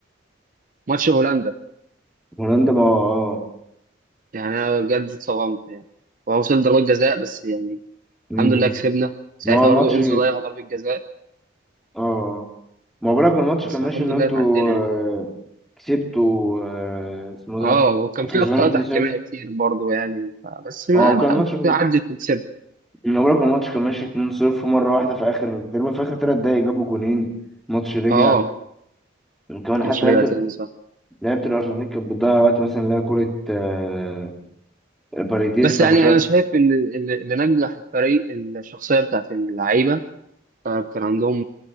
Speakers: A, on the right (about 40°); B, in the centre.
A: ماتش هولندا
B: هولندا ما اه
A: يعني أنا بجد اتصدمت يعني هو وصل ضربات جزاء بس يعني
B: مم.
A: الحمد لله كسبنا ساعتها
B: ما هو الماتش
A: برضه إنزو ضيع ضربة جزاء
B: اه ما هو بالك الماتش
A: بس
B: كان ماشي
A: الحمد
B: ان انتوا
A: لله اتعدينا
B: آه،
A: يعني
B: كسبتوا آه، اسمه ده
A: اه وكان
B: كنت
A: في
B: كسبان
A: أخطاء
B: 2-0
A: تحكيمية كتير برضه يعني ف- بس ما
B: اه
A: الحمد
B: كان الماتش كده
A: لله عدت وكسبت
B: ما بالك الماتش كان ماشي 2-0 مرة واحدة في اخر تقريبا في اخر تلات دقايق جابوا جونين الماتش رجع
A: اه
B: كمان حتى
A: مش
B: لعبة
A: رجع
B: ال-
A: تاني صح
B: لعبة الأرجنتين كانت بتضيع وقت مثلا اللي هي كورة آه، باريديس
A: بس
B: لما
A: يعني
B: شاط
A: أنا شايف إن اللي اللي نجح الفريق الشخصية بتاعت اللعيبة فكان عندهم